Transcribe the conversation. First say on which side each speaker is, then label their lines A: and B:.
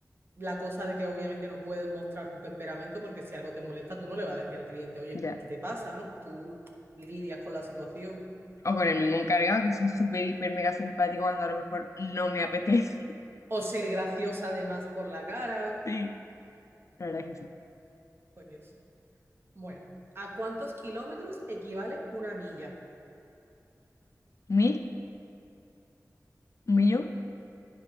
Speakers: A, on the right; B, on the left.
A: la cosa de que obviamente no puedes mostrar tu temperamento porque si algo te molesta tú no le vas a decir al cliente, oye,
B: Ya.
A: mire, ¿qué te pasa, no? Tú lidias con la situación.
B: O con el mismo encargado, que soy súper, hiper, mega simpático cuando a lo mejor no me apetece. <laughs>
A: O ser graciosa además por la cara,
B: Sí, la verdad es que sí.
A: pues eso. Bueno, ¿a cuántos kilómetros equivale una milla?
B: ¿Mil? ¿Un millón?